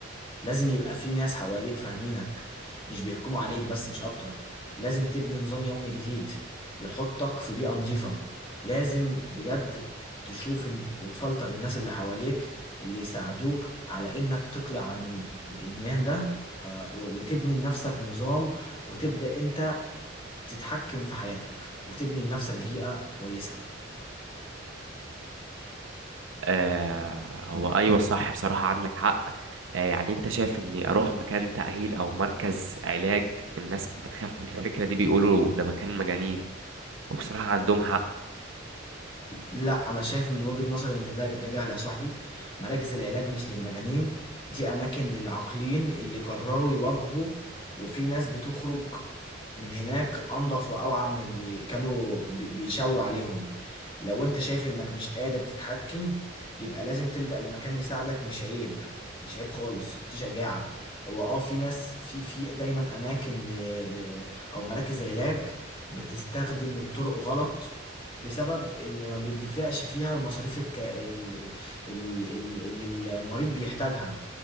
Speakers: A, on the left; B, on the right.
A: لازم يبقى في ناس حواليك فاهمينك مش بيحكموا عليك بس مش اكتر لازم تبني نظام يومي جديد يحطك في بيئة نظيفة لازم بجد تشوف إن- وتفلتر الناس اللي حواليك اللي يساعدوك على انك تقلع عن الادمان ده آه، و- وتبني لنفسك نظام وتبدأ انت تتحكم في حياتك وتبني لنفسك بيئة كويسة
B: آه هو ايوه صح بصراحة عندك حق آه يعني انت شايف اني اروح مكان تأهيل او مركز علاج الناس بتخاف من الفكرة دي بيقولوا ده مكان مجانين وبصراحة عندهم حق
A: لا انا شايف من وجهة نظري ان ده ده جهل يا صاحبي مراكز العلاج مش للمجانين دي اماكن للعاقلين اللي قرروا يواجهوا وفي ناس بتخرج من هناك انضف واوعى من اللي كانوا بي- بيشاوروا عليهم لو انت شايف انك مش قادر تتحكم يبقى لازم تلجأ لمكان يساعدك مش عيب مش عيب خالص دي شجاعة هو اه في ناس في في دايما اماكن ل... ل... او مراكز علاج بتستخدم طرق غلط بسبب ان ما بيدفعش فيها المصاريف الك... ال... ال... ال... ال- اللي المريض بيحتاجها